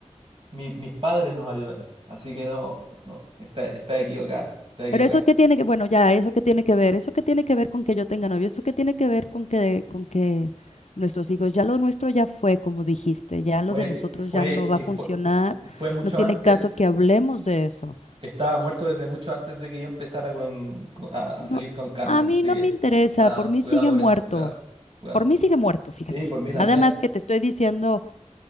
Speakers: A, on the right; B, on the left.
A: mi- mis padres nos ayudaron, así que no, no, está, está equivocada, está equivocada.
B: Pero eso qué tiene que, bueno, ya, eso qué tiene que ver, eso qué tiene que ver con que yo tenga novio, eso qué tiene que ver con que, con que nuestros hijos, ya lo nuestro ya fue, como dijiste, ya lo
A: Fue,
B: de nosotros
A: fue,
B: ya no va
A: y
B: a funcionar,
A: fue, y fue mucho
B: no tiene
A: antes,
B: caso que hablemos de eso.
A: estaba muerto desde mucho antes de que yo empezara con, con- a
B: No,
A: salir con Carla,
B: a mí
A: así
B: no
A: que
B: me interesa,
A: cuidado,
B: por mí
A: cuidado
B: sigue
A: con
B: muerto,
A: eso, cuidado, cuidado.
B: por mí sigue muerto, fíjate.
A: Sí, por mí
B: Nada
A: también.
B: más que te estoy diciendo,